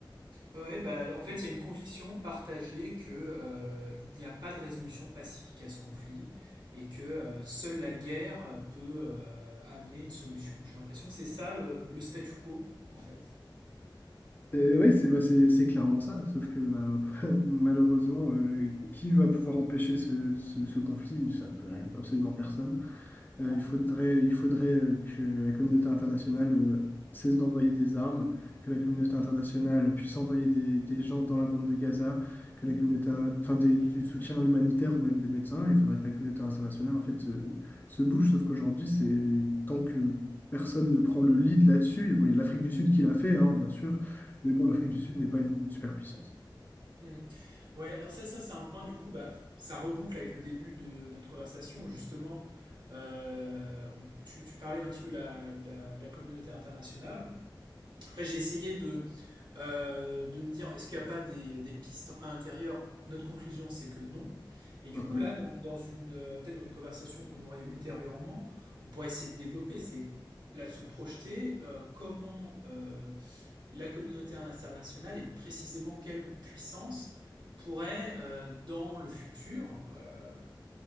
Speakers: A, on the right (about 65°); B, on the left (about 25°).
A: Ouais, bah, en fait, il y a une conviction partagée que, euh, il n'y a pas de résolution pacifique à ce conflit et que euh, seule la guerre euh, peut euh, amener une solution. J'ai l'impression que c'est ça le, le statu quo, en fait.
B: Oui, c'est bah, c'est c'est clairement ça, sauf que bah, <laughs> malheureusement, euh, qui va pouvoir empêcher ce, ce- ce conflit? Ça peut- absolument personne. Euh,
A: Ouais.
B: il faudrait, il faudrait euh, que la communauté internationale euh, cesse d'envoyer des armes, que la communauté internationale puisse envoyer des, des gens dans la bande de Gaza, que la communauté,
A: Mm.
B: enfin des- du soutien humanitaire ou même des médecins. Il faudrait que la communauté internationale en fait se, se bouge. Sauf qu'aujourd'hui, c'est tant que personne ne prend le lead là-dessus. Bon, il y a l'Afrique du Sud qui l'a fait, hein, bien sûr. Mais bon, l'Afrique du Sud n'est pas une superpuissance.
A: Mm. Ouais, alors ça, ça c'est un point du coup, bah, ça reboucle avec le début de notre conversation où justement, euh, on- tu, tu parlais d'un petit peu de la, de la- de la communauté internationale. Après, j'ai essayé de, euh, de me dire, est-ce qu'il n'y a pas des, des pistes à l'intérieur Notre conclusion, c'est que non. Et du
B: Ah,
A: coup,
B: ah.
A: là, dans, dans une, euh, peut-être dans une conversation qu'on aurait ultérieurement, on pourrait essayer de développer, c'est là de se projeter, euh, comment, euh, la communauté internationale et précisément quelle puissance pourrait, euh, dans le futur, euh,